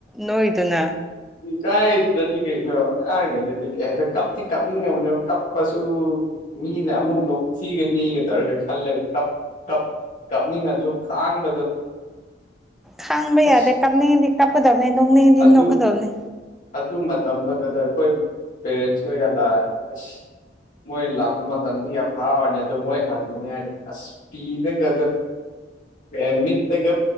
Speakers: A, in the centre; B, on the left.
A: ꯅꯣꯏꯗꯨꯅ
B: ꯏꯀꯥꯏꯁꯤꯗꯗꯤ ꯀꯩꯅꯣ ꯑꯉꯥꯡꯔꯤꯉꯩꯗꯗꯤ ꯀꯩ ꯍꯥꯏꯗꯦ ꯀꯞꯇꯤ ꯀꯞꯅꯤꯡꯉꯕꯅꯣ ꯀꯞꯄꯁꯨ ꯃꯤꯅ ꯑꯃꯨꯛ ꯅꯣꯛꯊꯤꯒꯅꯤ ꯇꯧꯔꯒ ꯈꯜꯂꯒ ꯀꯞ ꯀꯞ ꯀꯞꯅꯤꯡꯉꯁꯨ ꯈꯥꯡꯕꯗꯣ
A: ꯈꯥꯡꯕ
B: ꯑꯁ
A: ꯌꯥꯗꯦ ꯀꯞꯅꯤꯡꯗꯤ ꯀꯞꯀꯗꯕꯅꯤ ꯅꯣꯛꯅꯦꯗꯤ
B: ꯑꯗꯨ
A: ꯅꯣꯛꯀꯗꯕꯅꯤ꯫
B: ꯑꯗꯨ ꯃꯇꯝꯗ ꯀꯗꯔꯈꯣꯏ ꯄꯦꯔꯦꯟꯁꯈꯣꯏꯒ ꯂꯥꯛꯑꯗꯤ ꯑꯁ ꯃꯣꯏ ꯂꯥꯛꯄ ꯃꯇꯝꯗ ꯌꯥꯝ ꯍꯔꯥꯎꯔꯅꯤ ꯑꯗꯨꯣ ꯃꯣꯏ ꯍꯟꯒꯅꯤ ꯍꯥꯏꯗꯤ ꯑꯁ꯫ ꯄꯤꯗ ꯀꯗꯣ ꯀꯃꯤꯠꯇꯒ